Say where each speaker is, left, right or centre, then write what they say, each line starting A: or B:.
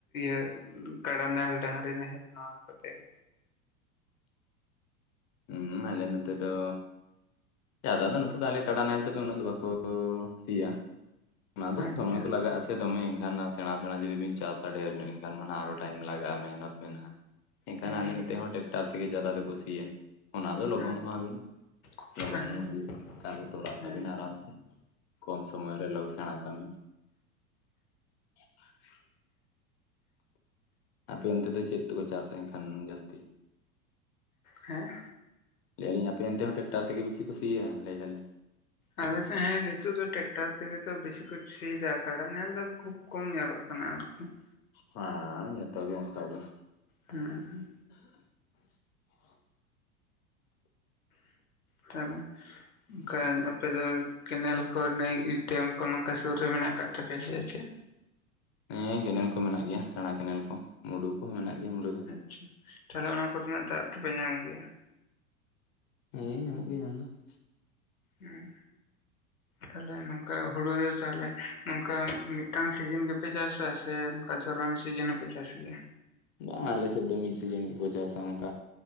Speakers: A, on the left (about 80°); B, on the left (about 35°).
A: <unintelligible> ᱠᱟᱲᱟ ᱱᱟᱦᱮᱞ ᱰᱟᱝᱨᱤ ᱱᱟᱦᱮᱞ ᱱᱚᱣᱟ ᱠᱚᱛᱮᱫ ᱜᱮ
B: ᱦᱩᱸ ᱟᱞᱮ ᱱᱚᱛᱮ ᱫᱚ, ᱡᱟᱫᱟ ᱫᱚ ᱱᱚᱛᱮ ᱫᱚ ᱟᱞᱮ ᱠᱟᱰᱟ ᱩᱱᱟᱜ ᱛᱮ ᱫᱚ ᱵᱟᱠᱚ ᱥᱤᱭᱟ᱾ ᱚᱱᱟ ᱫᱚ
A: ᱟᱪᱪᱷᱟ
B: ᱥᱚᱢᱚᱭ ᱠᱚ ᱞᱟᱜᱟᱜ-ᱟ ᱥᱮ ᱾ ᱫᱚᱢᱮ ᱤᱱᱠᱟᱹᱱ ᱥᱮᱸᱬᱟ ᱥᱮᱸᱬᱟ ᱡᱩᱫᱤ ᱵᱤᱱ ᱪᱟᱥᱟ ᱰᱷᱮᱨ ᱧᱚᱜ ᱮᱱᱠᱷᱟᱱ ᱟᱨᱚ ᱴᱟᱭᱤᱢᱟᱜᱼᱟ ᱢᱮᱦᱱᱚᱛ ᱢᱮᱱᱟᱜᱼᱟ ᱾ ᱮᱱᱠᱷᱟᱱ
A: ᱦᱩᱸ
B: ᱟᱞᱮ ᱱᱚᱛᱮ ᱦᱚᱸ ᱴᱮᱨᱟᱠᱴᱟᱨ ᱛᱮᱜᱮ ᱡᱟᱫᱟ ᱫᱚ ᱠᱚ ᱥᱤᱭᱟ ᱾ ᱚᱱᱟ
A: ᱦᱩᱸ
B: ᱫᱚ ᱞᱚᱜᱚᱱᱚᱜᱼᱟ ᱵᱤᱱ,
A: ᱦᱮᱸ
B: ᱞᱚᱜᱚᱱ ᱧᱚᱜ ᱦᱩᱭᱩᱜᱼᱟ
A: ᱦᱮᱸ
B: ᱠᱟᱹᱢᱤ ᱛᱚᱨᱟᱜ
A: ᱦᱮᱸ
B: ᱛᱟᱹᱵᱤᱱᱟ ᱟᱨᱟᱢ ᱥᱮ ᱾ ᱠᱚᱢ ᱥᱚᱢᱚᱭ ᱨᱮ ᱞᱚᱜ ᱥᱮᱸᱬᱟ ᱠᱟᱜ ᱢᱮ ᱾ <unintelligible> ᱟᱯᱮ ᱚᱱᱛᱮ ᱫᱚ ᱪᱮᱫ ᱛᱮᱠᱚ ᱪᱟᱥᱟ ᱮᱱᱠᱷᱟᱱ ᱡᱟᱹᱥᱛᱤ
A: ᱦᱮᱸ
B: ᱞᱟᱹᱭᱮᱫᱟᱞᱤᱧ ᱟᱯᱮ ᱚᱱᱛᱮ ᱦᱚᱸ ᱴᱮᱠᱴᱟᱨ ᱛᱮᱜᱮ ᱵᱤᱥᱤ ᱥᱤᱭᱟ ᱞᱟᱹᱭᱟᱞᱤᱧ ᱾
A: ᱟᱞᱮᱥᱮᱫ ᱦᱮᱸ ᱱᱤᱛᱚᱜ ᱫᱚ ᱴᱮᱠᱴᱟᱨ ᱛᱮᱜᱮᱛᱚ ᱵᱮᱥᱤ ᱠᱚ ᱥᱤᱭᱫᱟ ᱠᱟᱰᱟ ᱱᱟᱦᱮᱞ ᱫᱚ ᱠᱷᱩᱵ ᱠᱚᱢ ᱧᱮᱞᱚᱜ ᱠᱟᱱᱟ ᱟᱹᱨᱠᱤ ᱾
B: ᱦᱮᱸ ᱡᱚᱛᱚ ᱜᱮ ᱚᱱᱠᱟᱜ ᱜᱮ
A: ᱦᱮᱸ ᱦᱮᱸ <unintelligible> ᱠᱷᱟᱱ ᱟᱯᱮ ᱫᱚ ᱠᱮᱱᱮᱞ ᱠᱚ ᱱᱟᱹᱭ ᱰᱮᱢ ᱠᱚ ᱱᱚᱝᱠᱟ ᱥᱩᱨ ᱨᱮ ᱢᱮᱱᱟᱜ ᱟᱠᱟᱫ ᱛᱟᱯᱮᱭᱟ ᱥᱮ ᱪᱮᱫ
B: ᱦᱮᱸ ᱠᱮᱱᱮᱞ ᱠᱚ ᱢᱮᱱᱟᱜ ᱜᱮᱭᱟ ᱥᱮᱬᱟ ᱠᱮᱱᱮᱞ ᱠᱚ ᱢᱩᱰᱩ ᱠᱚᱦᱚᱸ ᱢᱮᱱᱟᱜ ᱜᱮᱭᱟ ᱢᱩᱰᱩ ᱫᱚ
A: ᱟᱪᱪᱷᱟ ᱛᱟᱦᱚᱞᱮ ᱚᱱᱟ ᱠᱚᱨᱮᱱᱟᱜ ᱫᱟᱜ ᱫᱚᱯᱮ ᱧᱟᱢ ᱜᱮᱭᱟ ᱾
B: ᱦᱮᱸ ᱧᱟᱢᱚᱜ ᱜᱮᱭᱟ ᱧᱟᱢ ᱫᱚ ᱾
A: ᱦᱮᱸ ᱛᱟᱦᱞᱮ ᱱᱚᱝᱠᱟ ᱦᱩᱲᱩ ᱫᱚ ᱛᱟᱦᱚᱞᱮ ᱱᱚᱝᱠᱟ ᱢᱤᱫᱴᱟᱝ ᱥᱤᱡᱤᱱ ᱜᱮᱯᱮ ᱪᱟᱥᱟ, ᱥᱮ ᱫᱷᱚᱨᱚᱱ ᱥᱤᱡᱤᱱ ᱦᱚᱸ ᱯᱮ ᱪᱟᱥ ᱜᱮᱭᱟ᱾
B: ᱵᱟᱝ ᱟᱞᱮᱥᱮᱫ ᱫᱚ ᱢᱤᱫ ᱥᱤᱡᱤᱱ ᱜᱮᱠᱚ ᱪᱟᱥᱟ ᱚᱱᱠᱟ